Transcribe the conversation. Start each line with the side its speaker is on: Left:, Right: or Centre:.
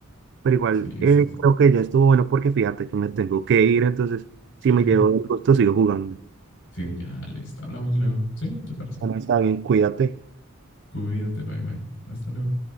Right: pero igual
Left: Sí,
Right: eh,
Left: sí. sí.
Right: creo que ya estuvo bueno porque fíjate que me tengo que ir, entonces si
Left: Ah,
Right: me llevo el gusto sigo jugando.
Left: sí, ya, listo. Hablamos luego. ¿Sí? ¿Te parece?
Right: Bueno, está bien, cuídate.
Left: Cuídate, bye bye. Hasta luego.